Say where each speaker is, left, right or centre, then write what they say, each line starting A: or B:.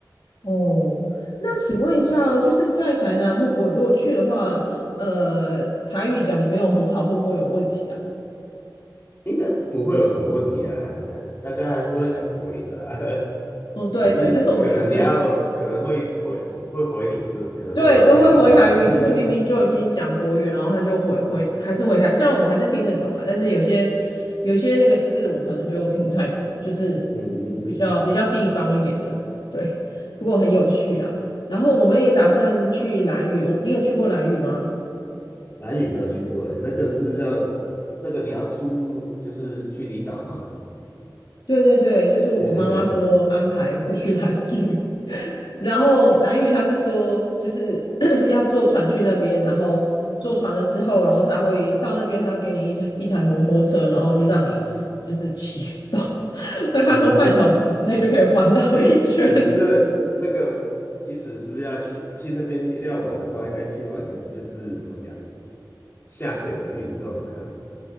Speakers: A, on the left; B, on the left.
A: 哦，那请问一下哦，就是在台南会不会如果去的话，呃，台语讲的没有很好，会不会有问题啊？
B: 应该不会有什么问题啊，还还大家还是会讲国语的啦。<laughs>
A: 哦，对对，
B: 只是可能你要可能会回会回你是可能会用台语回你，
A: 但是我觉得对，都会回台语，就是明明就已经讲国语，然后他就回回还是回台，虽然我还是听得懂啦，但是有些有些那个字我可能就听不太懂，就是
B: <laughs> 嗯嗯，
A: 比较比较地方一点的，对，不过很有趣啦。然后我们也打算去兰屿，我你有去过兰屿吗？
B: 蓝屿没有去过耶，那个是要那个你要出就是去离岛吗？
A: 对对对，就是我妈妈说安排我去兰屿，
B: 对对对，
A: 然后蓝宇他是说，就是 <coughs> <clears throat> 要坐船去那边，然后坐船了之后，然后他会到那边，他会给你一台一台摩托车，然后就让你就是骑 <laughs> 到，但他说半小时之内就可以环岛一圈。
B: 嗯，<laughs> 哎，可是那那个不，其实是要去去那边要玩的话，应该去玩就是怎么讲下水的运动啊，